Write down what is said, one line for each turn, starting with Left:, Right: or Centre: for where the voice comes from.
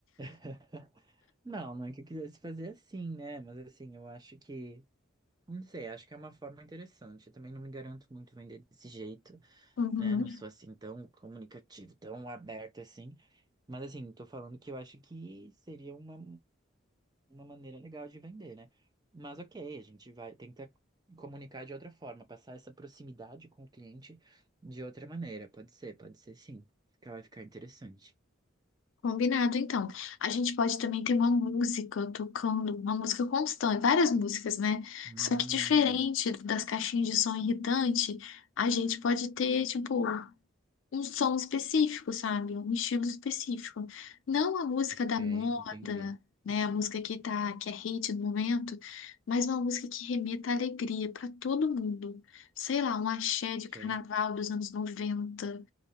Right: <laughs> Não, não é que eu quisesse fazer assim, né? Mas assim, eu acho que, não sei, acho que é uma forma interessante. Eu também não me garanto muito vender desse jeito.
Left: uhum,
Right: né? Não sou assim tão comunicativo, tão aberto assim. Mas assim, tô falando que eu acho que seria uma, uma maneira legal de vender, né? Mas ok, a gente vai tentar comunicar de outra forma, passar essa proximidade com o cliente de outra maneira. Pode ser, pode ser sim. Que vai ficar interessante.
Left: combinado então. A gente pode também ter uma música tocando, uma música constante, várias músicas, né?
Right: Hum,
Left: Só que diferente das caixinhas de som irritante, a gente pode ter, tipo, um som específico, sabe? Um estilo específico. Não a música
Right: ok,
Left: da moda,
Right: entendi.
Left: né? A música que tá, que é hate no momento, mas uma música que remeta à alegria para todo mundo. Sei lá, um axé de
Right: Ok,
Left: carnaval dos anos 90